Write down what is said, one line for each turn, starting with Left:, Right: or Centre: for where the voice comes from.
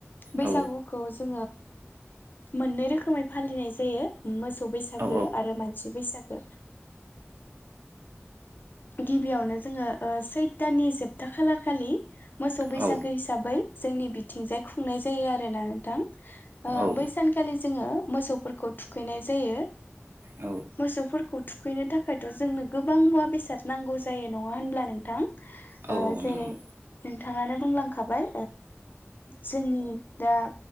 Left: बैसागुखौ
Right: औ
Left: जो मोननै रोखोमै फालिनाय जायो मोसोव मोसौ बैसागो
Right: औ
Left: आरो मानसि बैसागो गिबियावनो जोङो सैथ्रनि जोबथा खालार खालि मोसौ बैसागो
Right: औ
Left: हिसाबै जोंनि बिथिंजाय खुंनाय जायो आरोना नोंथां
Right: औ
Left: बै सानखालि जोङो मोसौफोरखौ थुखैनाय जायो
Right: औ
Left: मोसौफोरखौ मोसौफोरखौ थुखैनो थाखायथ' जोंनो गोबां मुवा बेसाद नांगौ जायो नङा होनब्ला नोंथां
Right: औ औ
Left: जेरै
Right: नंगौ
Left: नोंथाङानो बुंलांखाबाय जोंनि दा